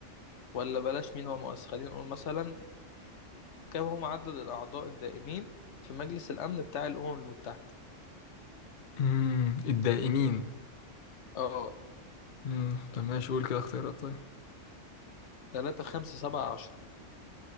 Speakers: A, on the left (about 70°); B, on the left (about 50°).
A: ولا بلاش مين هو مؤسس خلينا نقول مثلا كم هو عدد الأعضاء الدائمين في مجلس الأمن بتاع الأمم المتحدة؟
B: أمم، الدائمين
A: اه
B: أمم، طب ماشي قول كده اختيارات طيب.
A: تلاتة خمسة سبعة عشرة